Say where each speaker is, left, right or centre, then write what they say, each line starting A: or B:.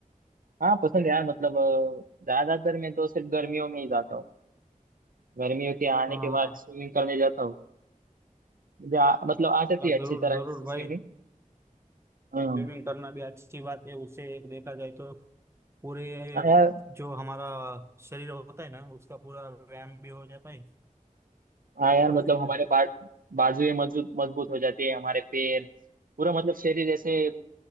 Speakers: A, on the right; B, on the right.
A: हाँ पसंद यार मतलब अ, ज्यादातर मैं तो सिर्फ गर्मियों में ही जाता हूँ गर्मियों के आने
B: हाँ
A: के बाद
B: हाँ
A: स्विमिंग करने जाता हूँ मुझे आ- मतलब आ जाती
B: यार,
A: है अच्छी
B: जरूर
A: तरह
B: जरूर
A: से स्विमिंग
B: भाई
A: हाँ
B: स्विमिंग करना भी अच्छी बात है उसे एक देखा जाए तो पूरे
A: हाँ यार,
B: जो हमारा शरीर होता है ना उसका पूरा व्यायाम भी हो जाता है
A: हाँ यार
B: और
A: मतलब
B: फिर
A: हमारे बा, बाजुएं मजबूत मजबूत हो जाती है हमारे पैर पूरा मतलब शरीर ऐसे